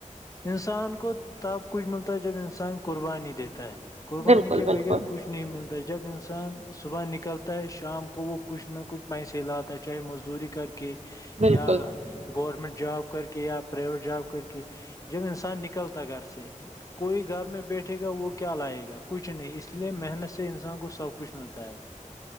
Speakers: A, on the left; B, on the right.
A: انسان کو تب کچھ ملتا ہے جب انسان قربانی دیتا ہے قربانی
B: بالکل
A: کے بغیر
B: بالکل
A: کچھ نہیں ملتا ہے جب انسان صبح نکلتا ہے شام کو وہ کچھ نہ کچھ پیسے لاتا ہے چاہے مزدوری کر کے
B: بالکل
A: یا گورمنٹ جاب کر کے یا پرائیویٹ جاب کر کے جب انسان نکلتا گھر سے ہی کوئی گھر میں بیٹھے گا وہ کیا لائے گا کچھ نہیں اس لیے محنت سے انسان کو سب کچھ ملتا ہے